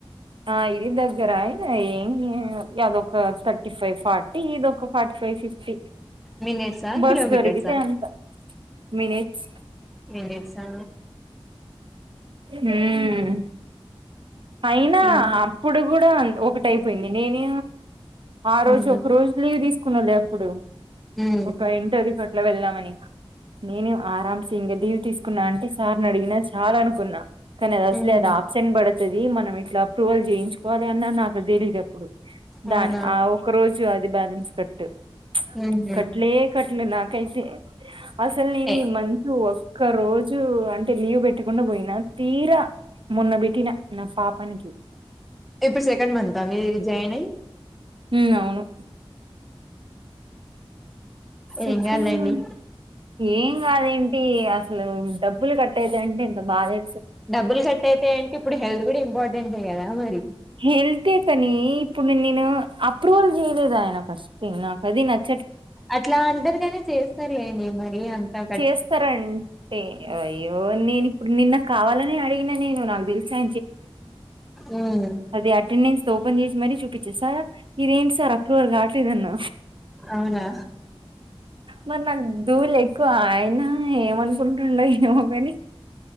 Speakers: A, on the right; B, in the centre.
A: ఆ ఇరి దగ్గరయ్ ఏం అదొ ఒక థర్టీ ఫైవ్ ఫార్టీ ఇద ఒక ఫార్టీ ఫైవ్ ఫిఫ్టీ
B: మినిట్సా
A: బస్
B: కిలోమీటర్సా
A: జరిగితే ఎంత మినిట్స్
B: మినిట్సా
A: మ్మ్ అయినా
B: ఏంటి
A: అప్పుడు కూడా ఒకటైపోయింది నేను ఆ రోజు
B: ఉమ్
A: ఒక రోజు లీవ్ తీసుకున్నాలే అప్పుడు
B: ఉమ్
A: ఒక ఇంటర్వ్యూ అట్ల వెళ్దామని నేను ఆరామ్సి ఇంక లీవ్ తీసుకు అంటే సార్ని అడినా చాలా అనుకున్నా కానీ అది అసలు
B: ఉమ్
A: ఆప్సెంట్ పడచ్చ ది మనం ఇట్లా అప్రూవల్ చేయించుకోవాలి అన్న నాకు తెలీదు అప్పుడు దా
B: అవునా
A: ఆ ఒక రోజు ు అది బ్యాలెన్స్ కట్టు
B: ఉహు
A: కట్లే కట్లే నాకైతే అసలు నేను
B: ఏ
A: ఈ మంచ ఒక రోజు అంటే లీవ్ పెట్టకుండా పోయినా తీరా మొన్న పెట్టిన నా పాపానికి
B: ఇప్పుడు సెకండ్ మంత్ అ మీ ర జైన్ అయి
A: ఉ అవును సెకం
B: ఏం కాదులేండి
A: మ ఏంగ్ అదేంటి అసలు డబ్బులు కట్ట అయిత అంటే ఇంత బాధే
B: డబ్బులు కట్ట అయిత అంటే ఇప్పుడు హెల్త్ కూడా ఇంపార్టెంట్ే కదా మరి
A: హెళ్తే కాని ఇప్పుడు నేను అప్రూవల్ చేయలేదు ఆయన ఫస్ట్ థింగ్ నాకు అది నచ్చ
B: అట్లా అంటరుగానే చేస్తారుండి మరి అంతా
A: చేస్తారంటే అయ్యో నేను ఇప్పుడు నిన్న కావాలని అడిగినా నేను నాకు తెలిసా
B: ఉమ్
A: అ అ మరీ చూపించే సార్ ఇదేంటి సార్ అక్రర్ కావట్లేదన్న
B: అవునా
A: మరి నా ూవులు ఎక్కువ ఆయన ఏమనుకుంటుండ ఏమో కాని